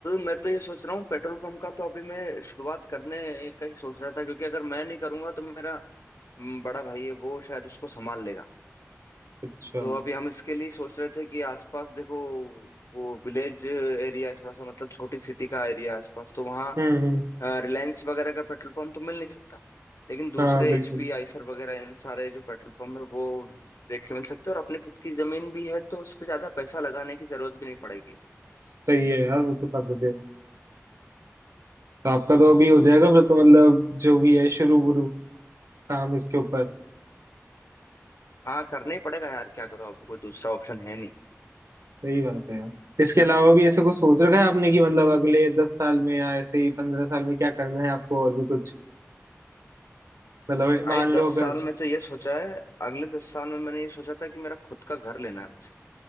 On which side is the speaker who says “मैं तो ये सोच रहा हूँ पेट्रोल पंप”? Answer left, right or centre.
Left